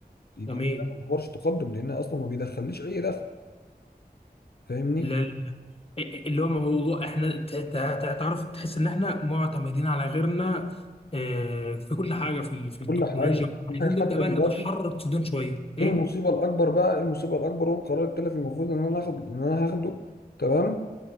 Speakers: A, on the left; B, on the left.
A: دي دي
B: جميل
A: ما تعتبرش تقدم لانها اصلا ما بيدخليش اي دخل فاهمني
B: اللي, اللي هو موضوع احنا ت- ت- ت- تعرف تحس ان احنا معتمدين على غيرنا آه، في كل حاجه في في التكنولوجيا
A: كل حاجه كل
B: عايزين
A: حاجه
B: نبدا
A: حتى
B: بقى
A: دلوقتي
B: نتحرر صدورنا شويه ايه
A: ايه المصيبه الاكبر بقى إيه المصيبه الاكبر والقرار الثالث المفروض ان انا هاخد ان انا هاخده تمام